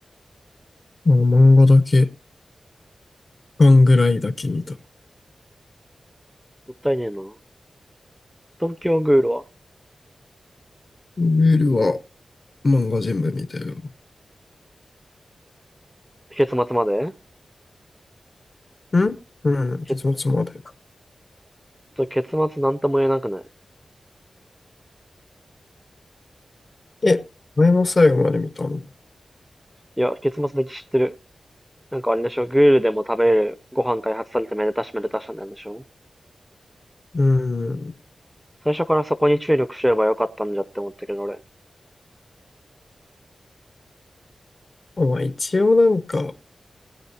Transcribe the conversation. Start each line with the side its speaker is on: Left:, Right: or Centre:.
Left: あ、漫画だけ、巻ぐらいだけ見た。
Centre: ったいねえな。東京グールは
Left: ルールは漫画全部見たよ。
Centre: 結末まで
Left: んうん、
Centre: け
Left: 結末まで。
Centre: 結末なんとも言えなくない
Left: え、前も最後まで見たの。う
Centre: いや、結末だけ知ってる。なんかあれでしょ、グールでも食べれるご飯開発されてめでたしめでたしなんでしょ
Left: ーん。
Centre: 最初からそこに注力すればよかったんじゃって思ったけど俺。
Left: まあ一応なんか、